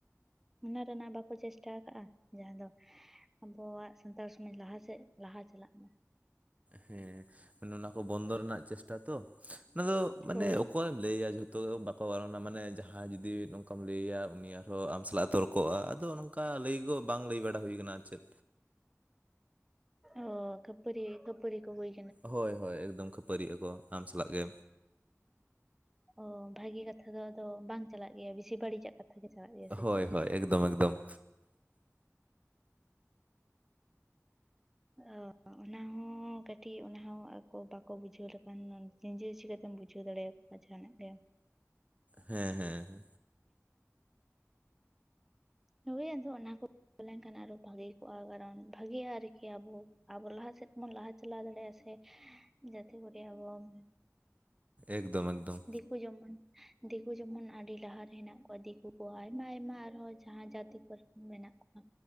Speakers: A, in the centre; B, on the right.
A: ᱚᱱᱟ ᱨᱮᱱᱟᱜ ᱵᱟᱠᱚ ᱪᱮᱥᱴᱟ ᱠᱟᱜᱼᱟ ᱡᱟᱦᱟᱸ ᱫᱚᱼᱼ ᱟᱵᱚᱣᱟᱜ ᱥᱟᱱᱛᱟᱲ ᱥᱚᱢᱟᱡᱽ ᱞᱟᱦᱟ ᱥᱮᱫ ᱞᱟᱦᱟ ᱪᱟᱞᱟᱜ ᱢᱟ
B: ᱦᱮᱸ ᱢᱟᱱᱮ ᱚᱱᱟ ᱠᱚ ᱵᱚᱱᱫᱚ ᱨᱮᱱᱟᱜ ᱪᱮᱥᱴᱟ ᱛᱚ, ᱚᱱᱟ ᱫᱚ ᱢᱟᱱᱮ
A: ᱦᱳᱭ
B: ᱚᱠᱚᱭᱮᱢ ᱞᱟᱹᱭᱟᱭᱟ ᱡᱚᱛᱚᱼᱼ ᱛᱚ ᱵᱟᱠᱚ ᱵᱟᱨᱚᱱᱟ ᱢᱟᱱᱮ ᱡᱟᱦᱟᱸᱭ ᱡᱩᱫᱤ ᱱᱚᱝᱠᱟᱢ ᱞᱟᱹᱭᱟᱭᱟ ᱩᱱᱤ ᱟᱨᱦᱚᱸ ᱟᱢ ᱥᱟᱞᱟᱜ ᱛᱚᱨᱠᱚᱜᱼᱟ ᱟᱫᱚ ᱱᱚᱝᱼᱼ ᱠᱟ ᱞᱟᱹᱭ ᱠᱚ ᱵᱟᱝ ᱞᱟᱹᱭ ᱵᱟᱲᱟ ᱦᱩᱭᱠᱟᱱᱟ ᱟᱨ ᱪᱮᱫ
A: ᱚ ᱠᱷᱟᱹᱯᱟᱹᱨᱤ ᱠᱷᱟᱹᱯᱟᱹᱨᱤ ᱠᱚ ᱦᱩᱭᱼᱼ
B: ᱦᱳᱭ ᱦᱳᱭ ᱮᱠᱫᱚᱢ ᱠᱷᱟᱹᱯᱟᱹᱨᱤᱜ ᱟᱠᱚ ᱟᱢ ᱥᱟᱞᱟᱜ ᱜᱮ
A: ᱚ ᱵᱷᱟᱜᱤ ᱠᱟᱛᱷᱟ ᱫᱚ ᱟᱫᱚ ᱵᱟᱝ ᱪᱟᱞᱟᱜ ᱜᱮᱭᱟ ᱵᱤᱥᱤ ᱵᱟᱹᱲᱤᱡᱟᱜ ᱠᱟᱛᱷᱟ ᱜᱮ ᱪᱟᱞᱟᱜ ᱜᱮᱭᱟ ᱥᱮ
B: ᱦᱳᱭ
A: ᱪᱮᱫ?
B: ᱦᱳᱭ ᱮᱠᱫᱚᱢ ᱮᱠᱫᱚᱢ
A: ᱚᱻᱚ ᱚᱱᱟ ᱦᱚᱸ ᱠᱟᱹᱴᱤᱡ ᱚᱱᱟ ᱦᱚᱸ ᱟᱠᱚ ᱵᱟᱠᱚ ᱵᱩᱡᱷᱟᱹᱣ ᱞᱮᱠᱷᱟᱱ ᱱᱤᱡᱮ ᱪᱤᱠᱟᱹ ᱛᱮᱢ ᱵᱩᱡᱷᱟᱹᱣ ᱫᱟᱲᱮ ᱟ ᱡᱟᱦᱟᱱᱟᱜ ᱜᱮ
B: ᱦᱮᱸ ᱦᱮᱸ ᱦᱮ
A: ᱦᱳᱭ ᱟᱫᱚ ᱚᱱᱟ ᱠᱚ ᱞᱮᱝ ᱠᱷᱟᱱ ᱟᱨᱚ ᱵᱷᱟᱹᱜᱤ ᱠᱚᱜᱼᱟ ᱠᱟᱨᱚᱱ ᱵᱷᱟᱜᱤᱼᱟ ᱟᱨᱠᱤ ᱟᱵᱚ ᱟᱵᱚ ᱞᱟᱦᱟ ᱥᱮᱫ ᱵᱚᱱ ᱞᱟᱦᱟ ᱪᱟᱞᱟᱣ ᱫᱟᱲᱮᱭᱟᱜᱼᱟ ᱥᱮ ᱡᱟᱛᱮ ᱠᱚᱨᱮ ᱟᱵᱚᱱ
B: ᱮᱠᱫᱚᱢ ᱮᱠᱫᱚᱢ
A: ᱠᱩ ᱡᱮᱢᱚᱱ ᱫᱤᱠᱩ ᱡᱮᱢᱚᱱ ᱟᱹᱰᱤ ᱞᱟᱦᱟ ᱨᱮ ᱦᱮᱱᱟᱜ ᱠᱚᱣᱟ ᱫᱤᱠᱩ ᱠᱚ ᱟᱭᱢᱟ ᱟᱭᱢᱟ ᱟᱨᱦᱚ ᱡᱟᱦᱟ ᱡᱟᱛᱤ ᱠᱚᱨᱮ ᱢᱮᱱᱟᱜ ᱠᱚᱣᱟ